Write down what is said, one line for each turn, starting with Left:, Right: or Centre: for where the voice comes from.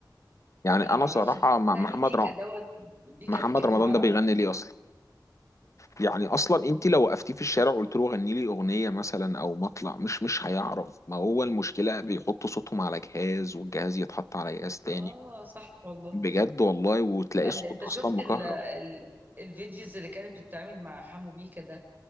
Left: يعني
Right: أنا
Left: انا
Right: معرفش
Left: صراحه مع
Right: بيتهيألي
Left: محمد
Right: بيكا
Left: رم...
Right: دوت بيكا
Left: محمد
Right: بكام
Left: رمضان
Right: معرفش
Left: ده بيغني ليه اصلا يعني اصلا انت لو وقفتيه في الشارع وقلت له غني لي اغنيه مثلا او مطلع مش مش هيعرف ما هو المشكله بيحطوا صوتهم على جهاز والجهاز يتحط على جهاز تاني
Right: آه صح والله
Left: بجد والله وتلاقي
Right: أنت
Left: الصوت
Right: أنت
Left: اصلا
Right: شفت
Left: مكهرب
Right: ال ال الفيديوز اللي كانت بتتعمل مع حمو بيكا ده